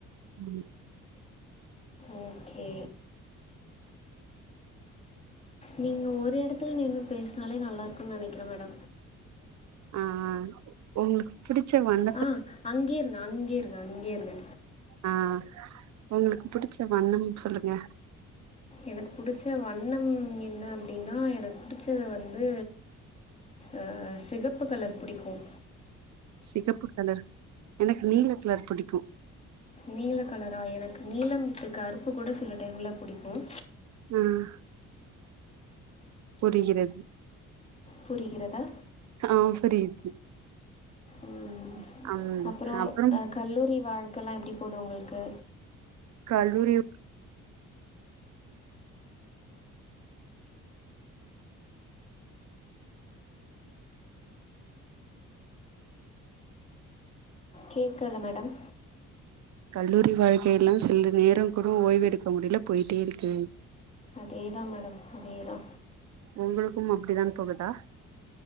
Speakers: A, on the right; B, on the left.
A: உம்
B: ஓகே நீங்க ஒரு எடத்துல நின்னு பேசுனாலே நல்லாயிருக்கும் நெனக்கிற மேடம்
A: அ அஹ் உங்களுக்கு பிடிச்சவன்
B: ஆஹ் அங்கே இருங்க அங்கே இருங்க அங்கே இருங்க
A: ஆஹ் உங்களுக்கு பிடிச்ச வண்ணம் சொல்லுங்க
B: எனக்கு புடிச்ச வண்ணம் என்ன அப்டினா எனக்கு புடிச்சது வந்து அ செகப்பு கலர் பிடிக்கும்
A: சிகப்பு கலர் எனக்கு நீலக் கலர் பிடிக்கும்
B: நீல கலரா எனக்கு நீலம் வித் கருப்பு கூட சில டைம்ல பிடிக்கும்
A: ஹம் புரிகிறது
B: புரிகிறதா
A: ஆஹ் புரியுது
B: ம்
A: அம்
B: அப்றோம்
A: அப்புறம்
B: அ கல்லூரி வாழ்கலாம் எப்படிப் போது உங்களுக்கு
A: கல்லூரி
B: கேக்கல மேடம்
A: கல்லூரி வாழ்க்கை எல்லாம் சில நேரம் கூட ஓய்வு எடுக்க முடில போயிட்டே இருக்கு
B: அதே தா மேடம் அதே தா
A: உங்களுக்கும் அப்படி தான் போகுதா